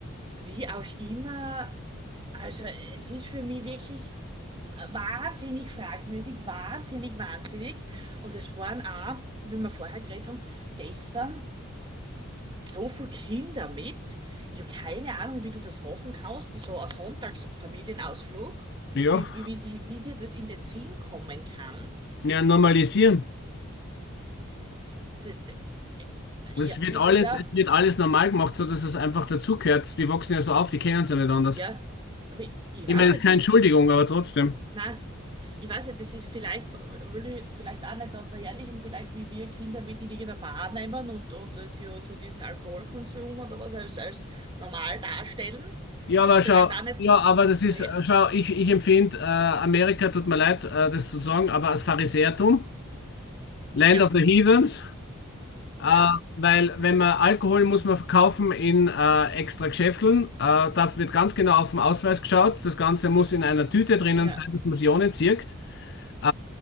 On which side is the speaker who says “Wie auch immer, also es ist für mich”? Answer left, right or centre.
Right